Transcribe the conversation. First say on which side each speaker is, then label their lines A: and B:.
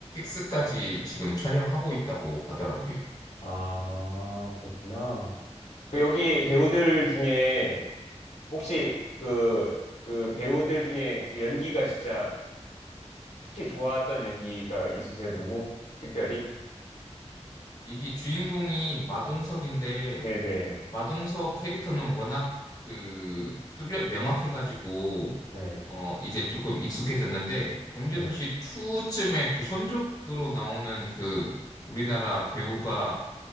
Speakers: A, on the left (about 35°); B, on the left (about 75°).
A: 6까지 지금 촬영하고 있다고 하더라고요.
B: 아, 그렇구나. 그 여기 배우들 중에 혹시 그, 그 배우들 중에 그 연기가 진짜 특히 좋았던 연기가 있으세요? 누구? 특별히?
A: 이게 주인공이 마동석인데,
B: 네네.
A: 마동석 캐릭터는 워낙 그 뚜렷 명확해가지고,
B: 네.
A: 어, 이제 조금 익숙해졌는데, 범죄도시
B: 네. 네.
A: 2쯤에 조선족으로 나오는 그 우리나라 배우가